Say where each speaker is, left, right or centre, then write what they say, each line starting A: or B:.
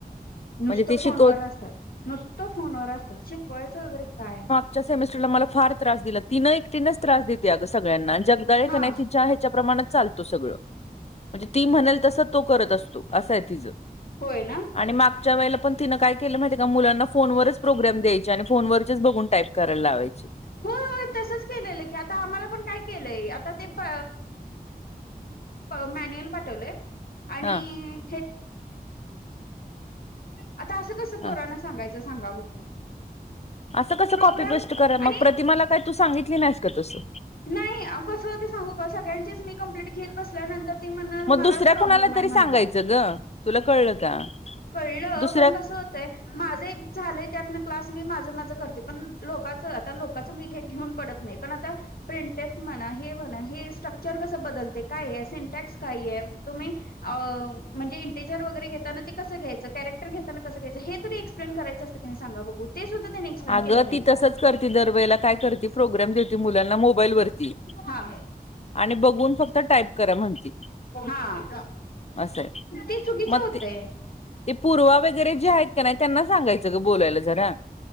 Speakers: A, on the left; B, on the left.
A: नुसतं
B: म्हणजे ती शिकवत
A: फोनवर असतात नुसतं फोनवर असतात शिकवायचं वगैरे काय
B: पुढच्या सेमिस्टर ला मला फार त्रास दिला तिन एकटीनेच त्रास देते. अ सगळ्यांना जगदाळे
A: हा
B: क नाय तिच्या ह्याच्या प्रमाणात चालतो सगळं म्हणजे ती म्हणल तसं तो करत असतो. असं आहे तिचं
A: होय ना
B: आणि मागच्या वेळेला पण तिनं काय केलं. माहितीय का मुलांना फोनवरच प्रोग्राम द्यायचे ज्याने फोन वरचे बघून टाईप करायला लावायची.
A: होय तसंच केलेलं की आता आम्हाला पण काय केलंय. आता ते प मॅन्युअल पाठवलंय आणि
B: हा
A: आता असं कसं.
B: हा
A: पोराना सांगायचं सांगा बघू
B: असं कसं
A: प्रोग्राम
B: कॉपी पेस्ट कराय मग
A: आणि
B: प्रतिमाला काय तू सांगितली नाहीस का तसं
A: नाही आ कसं हो ते सांगू का सगळ्यांचीच मी कंप्लेंट घेत. बसल्यानंतर ती म्हणणार
B: मग
A: मलाच
B: दुसऱ्या
A: प्रॉब्लेम
B: कुणाला
A: आहे
B: तरी
A: म्हणणार
B: सांगायचं ग तुला कळलं. का
A: कळलं
B: दुसऱ्या
A: पण कसं होत. ते माझं एक झालय त्यातनं क्लास मी माझ माझ करते. पण लोकांचं आता लोकांचं तसं मी हे घेऊन पडत नाही. पण आ प्रिंटेफ म्हणा हे म्हणा हे स्ट्रक्चर कसं बदलते काय आहे सिंटॅक्स काय आहे. तुम्ही अ म्हणजे इंटेजर वगैरे घेताना ते कस घ्यायच कॅरेटर घेताना. कस घ्यायचं हे तरी एक्सप्लेन करायचं. सांगा बघू ते सुद्धा त्याने एक्सप्लेन
B: अगं
A: केलं नाही
B: ती तसंच करते दरवेळेला काय करते प्रोग्रॅम देते मुलांना मोबाईल वरती.
A: हा
B: आणि बघून फक्त टाईप करा म्हणते
A: हा
B: असं आहे
A: ते चुकीचं
B: मग
A: होते.
B: ते ते पूर्वा वगैरे, जे आहेत का नाही. त्यांना सांगायचं ग बोलायला जरा